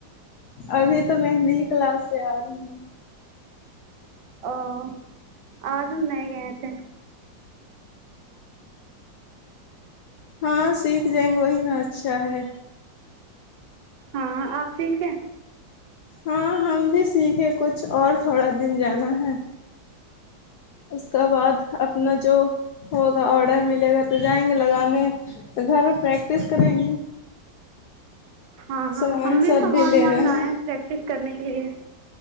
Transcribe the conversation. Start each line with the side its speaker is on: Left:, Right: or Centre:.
Left: ابھی تو مہندی کی کلاس سے آ رہے ہیں
Right: اں آج ہم نہیں گئے تھے
Left: ہاں سیکھ جائیں گے وہی نا اچھا ہے
Right: ہاں آپ سیکھے
Left: ہاں ہم بھی سیکھے کچھ اور تھوڑا دن جانا ہے اس کا بعد اپنا جو ہوگا آڈر ملے گا تو جائیں گے لگانے تو گھر میں پریکٹس کریں گے
Right: ہاں ہاں
Left: سامان
Right: ہم بھی
Left: سب
Right: سامان
Left: لینا
Right: ومان لائے
Left: ہے
Right: ہیں پریکٹس کرنے کے لیے